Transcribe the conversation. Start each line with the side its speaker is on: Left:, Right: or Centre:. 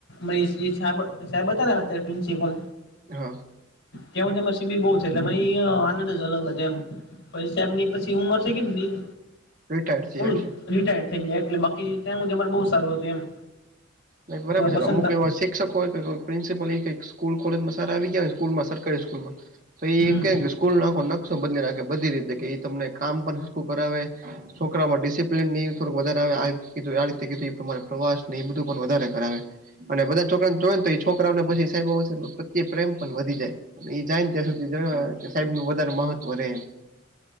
Left: અરી સાબ સાહેબ હતા અત્યારે પ્રિન્સિપલ
Right: હા
Left: કેવુંછે મા શિબિર બહુ છે, એટલે મે ઐયા આનંદ જ અલગ હતો એમ પૈસા એમની પછી ઉંમર થઈ ગઈની બીમ
Right: રિટાયર્ડ થયા
Left: ઉર્દ
Right: છે
Left: રિટાયડ થઈ જાય, એટલે બાકી ત્યાં મુ અમારે બહુ સારું હતું એમ.
Right: નહી બરાબર
Left: એવા પ્રસંગ
Right: છે, અમુક
Left: થ
Right: એવા શિક્ષક હોય કે, પ્રિન્સિપલ એ ક સ્કૂલ કોલેજમાં આવી ગયા સ્કૂલમાં સરકારી સ્કૂલમાં તો એમ
Left: હમ
Right: કે સ્કૂલ નો આખો નકશો બદલી નાખ્યો બધી રીતે કેઈ તમને કામસરખું કરાવે. છોકરામાં ડિસિપ્લન ની થોડક વધારે આવેીધું આ રીતે કીધું પ્રવાસ પણ વધારે કરાવે અને બધા છોકરાઓને જોય તો એ છોકરાઓને પછી સાહેબ પ્રત્યે પ્રેમ પણ વધી જાય. એ જાય ને ત્યાં સુધી જણ સાહેબ નું વધારે મહત્વ રે એ